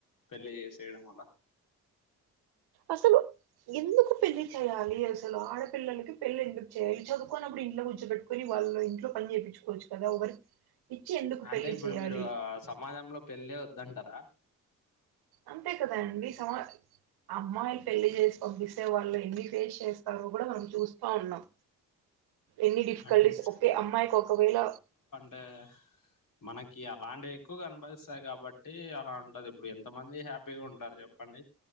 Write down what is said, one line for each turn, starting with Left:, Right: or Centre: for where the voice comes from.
Left: పెళ్లి చేసేయడం అలా
Right: అసలు ఎందుకు పెళ్లి చేయ్యాలి అసలు ఆడపిల్లలకి పెళ్లి ఎందు చేయలి చదువుకోన్నప్పుడు ఇంట్లో కూర్చో బెట్టుకొని వాళ్ళ ఇంట్లో పని చేపికోవచ్చు కదా వర్క్ ఇచ్చి ఎందుకు
Left: అంటే
Right: పెళ్లి
Left: ఇప్పుడు
Right: చేయ్యాలి
Left: మీరు సమాజంలో పెళ్ళే వద్దంటరా
Right: అంతే కదా అండి సమా అమ్మాయి పెళ్లి చేసి పంపిసే వాళ్ళు ఎన్ని ఫేస్ చేస్తారో కూడ మనం చూస్తా ఉన్నాం ఎన్ని డిఫికల్టీస్
Left: అంటే
Right: ఓకే అమ్మాయికి ఒకవేళ
Left: తె మనకి అలాంటివి ఎక్కువ కనపడిస్తాయి కాబట్టి అలా ఉంటది ఇప్పుడు ఎంత మంది హ్యాపీగా ఉంటారు చెప్ పండి